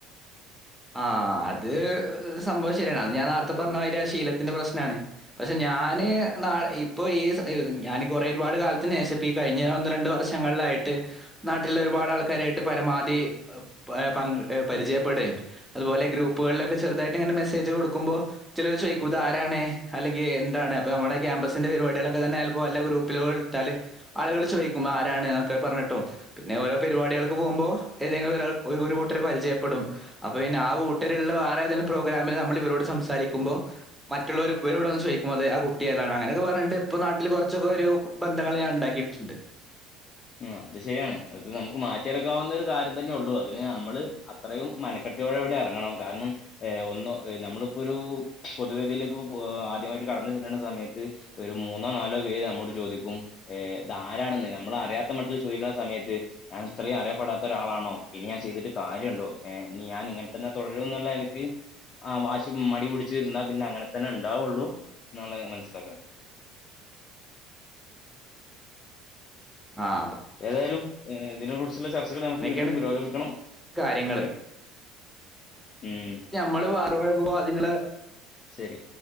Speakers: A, in the centre; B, on the left.
A: ആഹ് ആഹ് ആഹ് അത് ഒര് സംഭവം ശരിയാണ്. അത് ഞാൻ നേർത്തെ പർഞ്ഞമാരി ശീലത്ത്ന്റെ പ്രശ്നണ്. പക്ഷെ ഞാന് നാളെ ഇപ്പൊ ഈ സ ഞാൻ കൊറേ ഒരുപാട് കാലത്ത് നേ ഷം പ്പിയീ കഴിഞ്ഞ ഒന്ന്, രണ്ട് വർഷങ്ങൾലായിട്ട് നാട്ടില് ഒരുപാട് ആൾക്കാരായിട്ട് പരമാധി ഏ പാ പങ്ക് പരിചയപ്പെടെയും അത്പോല ഗ്രൂപ്പുകൾലൊക്കെ ചെർതായിട്ടങ്ങനെ മെസ്സേജ് കൊടുക്കുമ്പോ ചിലര് ചോയ്ക്കും താരാണ്. അല്ലെങ്കി എന്താണ്. അപ്പ നമ്മളെ ക്യാമ്പസിന്റെ പേര് വായിട്ട്ള്ളെ പ്പ തെന്നെ ഹെൽപ്പൊ അല്ലെ ഗ്രൂ പ്പ്ലോൾ ഇട്ടാല് ആള്കള് ചോയ്ക്കും. ആരാണ് തൊക്കെ പർഞ്ഞിട്ടും പിന്നെ ഓരോ പരിപാടികൾക്ക് പോക്മ്പോ ഏതെങ്കിലും ഒരാൾ ഒരു ഒരു കൂട്ടര് പരിചയപ്പെടും. അപ്പൊ പിന്നെ ആ കൂട്ടര്ള്ളെ വേറെ ഏതേലും പ്രോഗ്രാമിൽ നമ്മൾ ഇവരോട് സംസാരിക്കുമ്പോ മറ്റ്ളോര് ഇവരോട് വന്ന് ചോയ്ക്കും. അതെ ആ കുട്ടി ഏതാണ്. അങ്ങനെക്കെ പർഞ്ഞിട്ട് ഇപ്പൊ നാട്ടില് കൊർച്ചൊക്കെരു ബന്ധങ്ങൾ ഞാൻ ണ്ടാക്കിയിട്ട്ണ്ട്
B: ആഹ് അത് ശരിയാണ്. അത് നമുക്ക് മാറ്റിയെടുക്കാവുന്ന ഒരു കാര്യം തന്നെ ഉള്ളൂ. അതിനെ അമ്മള് അ ത്രയും മനക്കെട്ടിയോടെ വ്ടെ എർങ്ങണം. കാരണം ഏ ഒന്നൊ എ നമ്മള്പ്പോരു പൊതുവേദിയിലേക്ക്പ്പൊ പോവാ ആദ്യവായിട്ട് കടന്ന് ചെല്ല്ണ സമയത്ത് ഒരു മൂന്നോ, നാലോ പേര് അമ്മോട് ചോദിക്കും ഏ താ ആരാണെന്ന്. നമ്മളെറിയാ ത്തമട്ടില് ചോദിക്ക്ണ സമയത്ത് ഞാൻ ഇത്രയും അറിയപ്പെടാത്തൊ രാളാണോ. ഇനി ഞാൻ ചെയ്തിട്ട് കാര്യണ്ടോ ഏ നി ഞാന് ഇങ്ങെൻ തന്നെ തുടരുംന്ന്ള്ള നെൽക്ക് ആ വാശി മടി പിട്ച്ചിരുന്നാ പിന്നെ അങ്ങനെ തന്നെ ണ്ടാവുള്ളൂ <unintelligible> മനസ്സിലാക്ക്ണെ
A: ആഹ് പ്പ
B: ഏതായാലും ഏഹ് തിനെ കുർച്ച് ള്ളെ ചർച്ചകള് നമുക്ക്
A: അങ്ങനെയൊക്കെയാണ്
B: വീണ്ടും പുരോഗമിക്കണം.
A: കാര്യങ്ങള്
B: ഓക്കെ ഉം
A: മ്മള് <unintelligible> അത്ങ്ങള്
B: ശരി